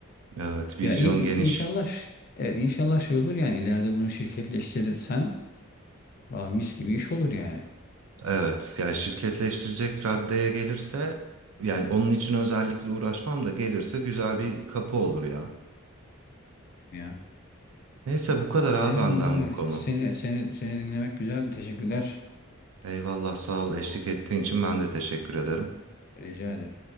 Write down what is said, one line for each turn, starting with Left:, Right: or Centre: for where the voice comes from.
Right: Evet, vizyon
Left: Ya in-
Right: geniş.
Left: inşallah ş- evet inşallah şey olur yani ileride bunu şirketleştirirsen valla mis gibi iş olur yani.
Right: Evet, yani şirketleştirecek raddeye gelirse yani onun için özellikle uğraşmam da gelirse güzel bir kapı olur ya.
Left: Ya.
Right: Neyse bu kadar abi
Left: Eyvallah
Right: benden
Left: abi.
Right: bu konu.
Left: Seni seni seni dinlemek güzeldi. Teşekkürler.
Right: Eyvallah sağ ol eşlik ettiğin için ben de teşekkür ederim.
Left: Rica ederim.